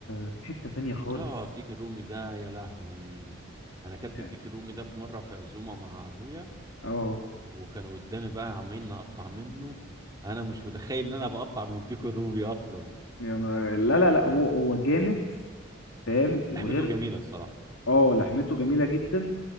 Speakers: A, on the left; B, on the right.
A: في حته تانية خالص
B: اه الديك الرومي ده يا لهوي انا اكلت
A: يعني
B: الديك الرومي ده في مرة في عزومة مع ابويا
A: اه
B: وكان قدامي بقى عمالين نقطع منه انا مش متخيل ان انا بقطع من الديك الرومي اصلا
A: يا نهار لا لا لا هو هو جامد فاهم وغير
B: لحمته جميلة الصراحة
A: اه لحمته جميلة جدا